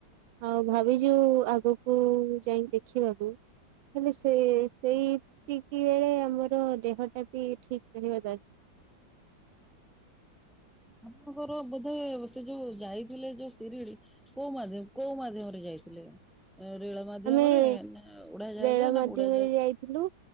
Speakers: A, on the right (about 80°); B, in the centre.
A: ଆଉ ଭାବିଛୁ ଆଗକୁ ଯାଇକି ଦେଖିବାକୁ। ହେଲେ ସେ ସେଇତିକି ବେଳେ ଆମର ଦେହଟା ବି ଠିକ ରହିବା ଦରକାର।
B: ଆପଣଙ୍କର ବୋଧେ ସେ ଯୋଉ ଯାଇଥିଲେ ଯୋଉ ସିରିଡି। କୋଉ ମାଧ୍ୟ କୋଉ ମାଧ୍ୟମରେ ଯାଇଥିଲେ ରେଳ ମାଧ୍ୟମରେ
A: ଆମେ
B: ନା ଉଡାଜାହାଜ
A: ରେଳ
B: ନା
A: ମାଧ୍ୟମରେ
B: ବୁଡାଜାହାଜ
A: ଯାଇଥିଲୁ।